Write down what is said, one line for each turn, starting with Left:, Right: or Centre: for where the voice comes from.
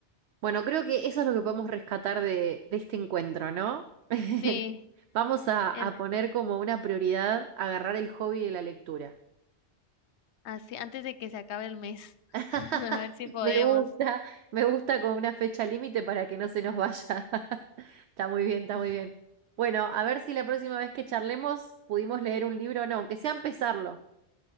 Right: Bueno, creo que eso es lo que podemos rescatar de, de este encuentro, ¿no? <laughs>
Left: Sí,
Right: Vamos a, a
Left: el,
Right: poner como una prioridad agarrar el hobby de la lectura.
Left: así, antes de que se acabe el mes,
Right: <laughs>
Left: <laughs> a ver si podemos.
Right: Me gusta, me gusta con una fecha límite para que no se nos vaya. <laughs> Está muy bien, está
Left: <laughs>
Right: muy bien. Bueno, a ver si la próxima vez que charlemos pudimos leer un libro o no, aunque sea empezarlo.